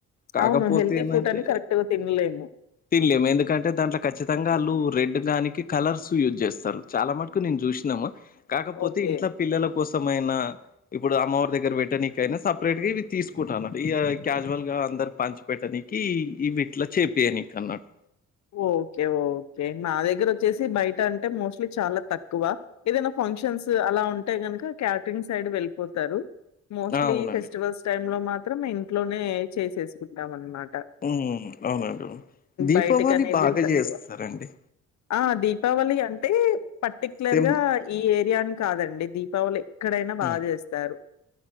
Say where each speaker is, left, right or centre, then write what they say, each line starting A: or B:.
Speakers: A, on the left; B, on the left.
A: కాకపోతే
B: అవును. హెల్తీ
A: ఎందంటే
B: ఫుడ్డని కరెక్ట్‌గా తినలేము.
A: తిన్ల్లేము ఎందుకంటే దాంట్లో ఖచ్చి వాళ్ళు రెడ్ దానికి కలర్స్ యూజ్ చేస్తారు. చాలా మటుకు నేను చూసినాము కాకపోతే
B: ఓకే.
A: ఇంట్లో పిల్లల కోసమయినా ఇప్పుడు అమ్మవారి దగ్గర పెట్టడా నకైనా సపరేట్ గావి తీసుకు కుంటా అన్నట్టు ఈ క్యాజువల్ గా అందరు పంచి పెట్టడానికి ఈవిట్లా చేపియనిక అన్నట్టు
B: ఓకే ఓకే నా దగ్గర వచ్చేసి బయట అంటే మోస్ట్లీ చాలా తక్కువ ఏదైనా ఫంక్షన్స్ అలా ఉంటాయి గనుక క్యాటరింగ్ సైడ్ వెళ్ళిపోతారు. మోస్ట్లీ
A: ఆ అవునండి
B: ఫెస్టివల్స్ టైమ్ లో మాత్రం ఇంట్లోనే చేసేసుకుంటాం అనమాట
A: మ్ అవునండివును దీపావళి
B: బయటకనేది
A: బాగా
B: తక్కువ.
A: చేస్తారండి.
B: ఆ దీపావళి అంటే పర్టిక్యులర్
A: సేమ్
B: గా ఈ ఏరియాని కాదండి దీపావళి ఎక్కడైనా బా
A: ఉమ్
B: చేస్తారు.